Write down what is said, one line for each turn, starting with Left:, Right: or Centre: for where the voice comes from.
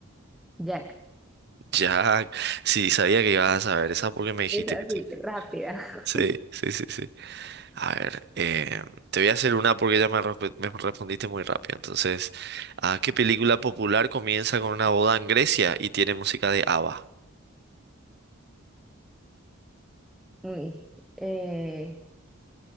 Centre: Jack.
Right: Jack. Sí, sabía que ibas a saber esa porque me dijiste
Centre: Es así,
Right: que te...
Centre: rápida. <laughs>
Right: Sí, sí, sí, sí. A ver, eh, te voy a hacer una porque ya me, resp- me respondiste muy rápido. Entonces, ¿a qué película popular comienza con una boda en Grecia y tiene música de ABBA?
Centre: Uy, eh,